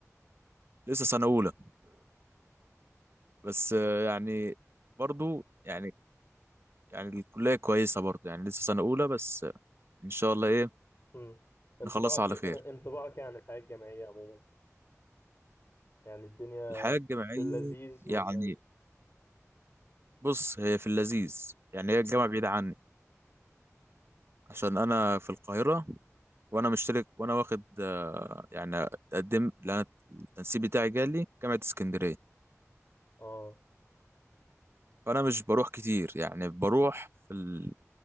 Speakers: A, on the right (about 50°); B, on the left (about 50°).
A: لسه سنة اولى بس آه، يعني برضه يعني يعني الكلية كويسة برضه يعني لسه سنة اولى بس آه، ان شاء الله ايه
B: امم انطباعك
A: نخلصها على
B: <laughs>
A: خير
B: انطباعك يعني الحياه الجامعيه عموما يعني الدنيا
A: الحياة الجامعية
B: في اللذيذ
A: يعني
B: ولا ايه
A: بص هي في اللذيذ يعني هي الجامعة بعيدة عني عشان انا في القاهرة وانا مشترك وانا واخد يعني اتقدم لأن التنسيق بتاعي جالي جامعة اسكندرية
B: اه
A: فأنا مش بروح كتير يعني بروح في ال...